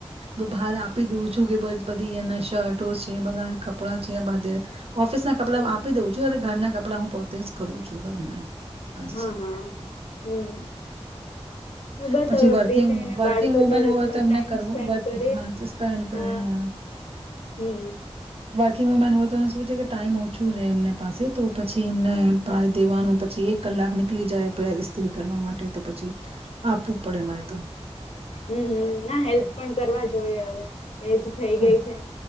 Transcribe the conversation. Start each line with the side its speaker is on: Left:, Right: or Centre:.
Right: બ બહાર આપ પી દઉં છું કે પછ બધી એને શર્ટો છે, બ ધા કપડાં છે, આ બધે ઓફિસના કપડા
Left: હમ
Right: ઉં આપી દઉં છું અને ઘરના કપ પડા હું પોતે જ કરું છું ઘર મે અછા
Left: હા હા હમ બસ
Right: પછી
Left: હવે
Right: વર્કિંગ
Left: ફ્રી થઈને
Right: વર્કિંગ
Left: બાળકો
Right: વુમેન
Left: જોડે
Right: હોય
Left: થોડોક
Right: તો એમને
Left: ટાઈમ
Right: કરવું
Left: સ્પેન્ડ
Right: બ
Left: કરીએ
Right: હાં સ્પેન્ડ કરે
Left: હા
Right: હાં.
Left: હમ
Right: બાકી મેમાન હો તો એને શું છે કે ટાઈમ ઓછું રેહ એમને પાસે તો પછી એમને ભાર દેવાનું પછી એક કલાક નીકળી જાય પ્રે ઈસ્ત્રી કરવા માટે તો પછી આપવું પડે મારે તો.
Left: હમ્મ હમ્મ ના હેલ્પ પણ કરવા જોઈએ અવે. એજ થેઇ
Right: હા,
Left: ગેઈ છે.